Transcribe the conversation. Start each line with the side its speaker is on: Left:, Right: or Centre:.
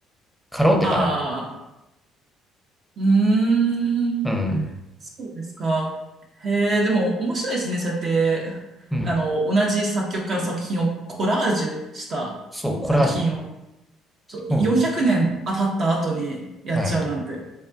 Centre: カロンテかな
Right: ああ。うーん。
Centre: うん。
Right: そうですか。へえ、でも面白いですね。そうやって、
Centre: うん。
Right: あの、同じ作曲家の作品をコラージュした作品を、
Centre: そう、コラージ
Right: そう、400年経った後にやっちゃうなんて。
Centre: ュ。うん。はい。